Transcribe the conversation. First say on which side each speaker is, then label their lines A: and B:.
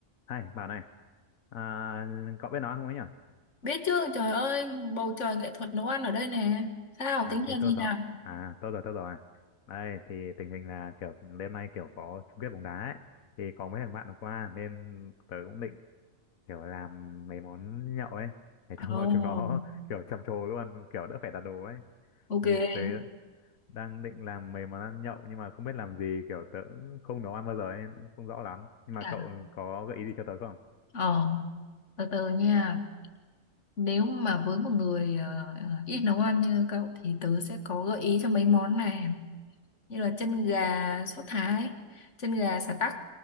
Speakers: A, on the left (about 90°); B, on the left (about 60°).
A: Hay, bảo này, à, cậu biết nói không ấy nhở?
B: Biết chứ, trời ơi, bầu trời nghệ thuật nấu ăn ở đây nè. Sao,
A: À,
B: tính
A: thế
B: là gì
A: tôi rồi,
B: nào?
A: à, tôi rồi, tôi rồi. Đây, thì tình hình là kiểu đêm nay kiểu có chung kết bóng đá ấy. Thì có mấy thằng bạn hôm qua nên tớ cũng định kiểu làm mấy món nhậu ấy. Để cho
B: Ồ,
A: <laughs> chúng nó kiểu trầm trồ luôn, kiểu đỡ phải đặt đồ ấy.
B: ok.
A: Thì tớ đang định làm mấy món ăn nhậu nhưng mà không biết làm gì, kiểu tớ cũng không nấu ăn bao giờ ấy, không rõ lắm. Nhưng mà
B: À,
A: cậu có gợi ý gì cho tớ không?
B: ờ, từ từ nha. Nếu mà với một người ờ, ờ, ít nấu ăn như cậu thì tớ sẽ có gợi ý cho mấy món này. Như là chân gà sốt Thái, chân gà sả tắc,